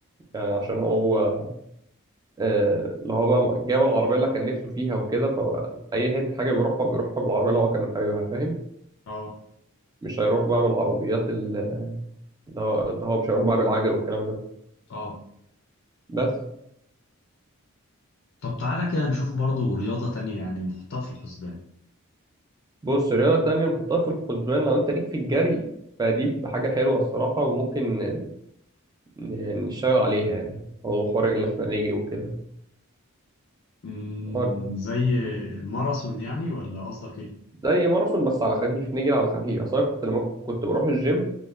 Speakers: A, on the right (about 15°); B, on the left (about 50°).
A: يعني عشان هو آه، اللي هو بقى جاب العربيه اللي كان نفسه فيها وكده فاي حته حاجه بيروحها بيروحها بالعربيه اللي هو كان حاببها فاهم
B: اه
A: مش هيروح بقى بالعربيات ال- اللي هو اللي هو مش هيروح بقى بالعجل والكلام ده
B: اه
A: بس
B: طب تعالى كده نشوف برضو رياضة تانية يعني نحطها في الحسبان
A: بص رياضة تانية نحطها في الحسبان لو انت ليك في الجري فدي بتبقى حاجة حلوة الصراحة وممكن ن- ن- نشتغل عليها يعني هو حوار ان احنا نجري وكده
B: مم،
A: حوار
B: زي ماراثون يعني ولا قصدك ايه؟
A: زي ماراثون بس على خفيف نجري على خفيف اصل انا كنت لما كنت بروح الجيم